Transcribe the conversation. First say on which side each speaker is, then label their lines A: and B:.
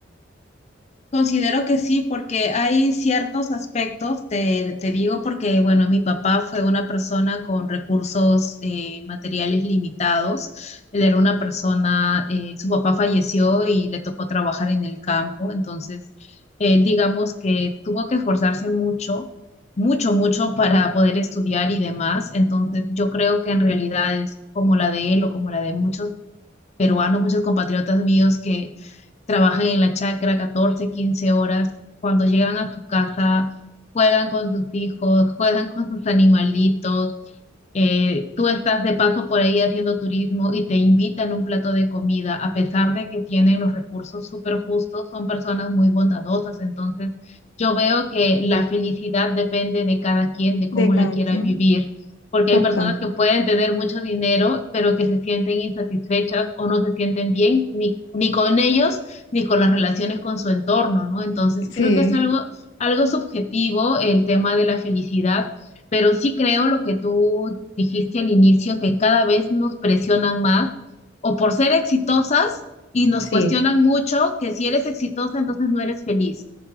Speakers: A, on the left; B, on the left.
A: Considero que sí, porque hay ciertos aspectos, te, te digo, porque, bueno, mi papá fue una persona con recursos eh, materiales limitados. Él era una persona, eh, su papá falleció y le tocó trabajar en el campo, entonces, él, digamos que tuvo que esforzarse mucho, mucho, mucho para poder estudiar y demás. Entonces, yo creo que en realidad es como la de él o como la de muchos peruanos, muchos compatriotas míos que trabajan en la chacra 14, 15 horas, cuando llegan a su casa, juegan con sus hijos, juegan con sus animalitos, eh, tú estás de paso por ahí haciendo turismo y te invitan un plato de comida, a pesar de que tienen los recursos súper justos, son personas muy bondadosas. Entonces, yo veo que la felicidad depende de cada quien, de
B: De
A: cómo
B: cada
A: la quiera
B: quien.
A: vivir, porque
B: Total.
A: hay personas que pueden tener mucho dinero, pero que se sienten insatisfechas o no se sienten bien ni, ni con ellos, ni con las relaciones con su entorno, ¿no? Entonces,
B: Sí,
A: creo que es algo... Algo subjetivo el tema de la felicidad, pero sí creo lo que tú dijiste al inicio, que cada vez nos presionan más o por ser exitosas y nos
B: sí,
A: cuestionan mucho que si eres exitosa, entonces no eres feliz.